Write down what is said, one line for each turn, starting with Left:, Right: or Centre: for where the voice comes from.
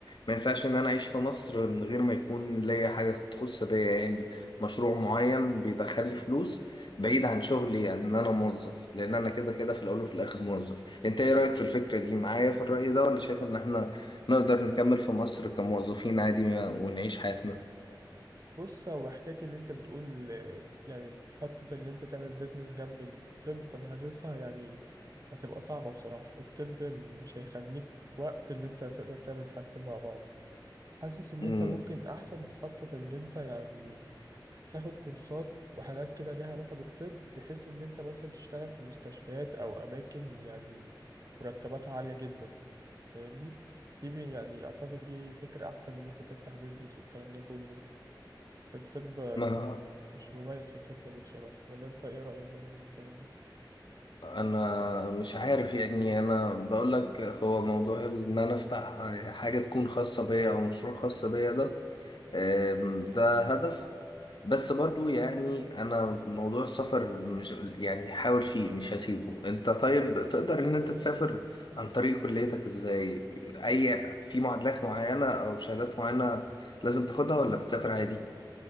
Left: ما ينفعش ان انا اعيش في مصر من غير ما يكون ليا حاجه تخص بيا يعني مشروع معين بيدخل لي فلوس بعيد عن شغلي يعني ان انا موظف لان انا كده كده في الاول وفي الاخر موظف انت ايه رايك في الفكره دي معايا في الراي ده ولا شايف ان احنا نقدر نكمل في مصر كموظفين عادي ونعيش حياتنا
Right: بص هو حكاية اللي أنت بتقول آه، يعني خطة اللي أنت تعمل بيزنس جنب الطب أنا حاسسها يعني هتبقى صعبة بصراحة الطب مش هيخليك وقت اللي أنت تقدر تعمل حاجتين مع بعض حاسس ان
Left: امم
Right: انت ممكن احسن تخطط اللي انت يعني تاخد كورسات وحاجات كده ليها علاقة بالطب بحيث ان انت مثلا تشتغل في مستشفيات او اماكن يعني مرتباتها عالية جدا فاهمني دي بي- يعني اعتقد دي فكرة احسن من ان انت تفتح بيزنس والكلام ده كله بس الطب آه،
Left: ما
Right: مش مميز في الحتة دي بصراحة ولا انت ايه رأيك برضو في الكلام ده
Left: انا مش عارف يعني انا بقول لك هو موضوع ان انا افتح حاجه تكون خاصه بيا او مشروع خاص بيا ده آم، ده هدف بس برضو يعني انا موضوع السفر مش يعني هحاول فيه مش هسيبه انت طيب تقدر ان انت تسافر عن طريق كليتك ازاي اي في معادلات معينة او شهادات معينة لازم تاخدها ولا بتسافر عادي